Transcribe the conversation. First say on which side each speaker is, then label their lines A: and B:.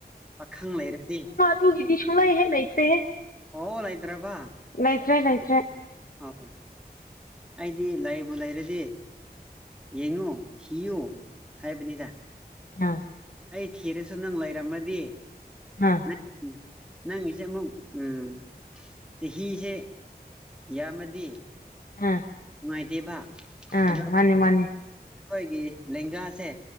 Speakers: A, in the centre; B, on the left.
A: ꯄꯥꯈꯪ ꯂꯩꯔꯗꯤ꯫
B: ꯗꯨ ꯒꯤꯗꯤ ꯁꯨꯡꯂꯦꯏ ꯍꯦꯛ ꯂꯦꯏꯠꯔꯦ ꯍꯦ
A: ꯑꯣꯣ ꯂꯥꯏꯇ꯭ꯔꯕ
B: ꯂꯩꯇ꯭ꯔꯦ ꯂꯩꯇ꯭ꯔꯦ
A: ꯑꯣ ꯑꯩꯗꯤ ꯂꯥꯛꯑꯕꯨ ꯂꯩꯔꯗꯤ ꯌꯦꯡꯉꯨ ꯊꯤꯌꯨ ꯍꯥꯏꯕꯅꯤꯗ
B: ꯑꯥ
A: ꯑꯩ ꯊꯔꯁꯨ ꯅꯪ ꯂꯩꯔꯝꯃꯗꯤ
B: inaudible
A: ꯪ ꯅꯪꯒꯤꯁꯦ ꯑꯃꯨꯛ ꯎꯝ ꯆꯍꯤꯁꯦ ꯌꯥꯝꯃꯗꯤ
B: ꯑꯥ
A: ꯅꯨꯡꯉꯥꯏꯇꯦꯕ
B: ꯑꯥ
A: ꯑꯗꯣ
B: ꯃꯥꯅꯤ ꯃꯥꯅꯤ
A: ꯑꯩꯈꯣꯏꯒꯤ ꯂꯦꯡꯒꯥꯁꯦ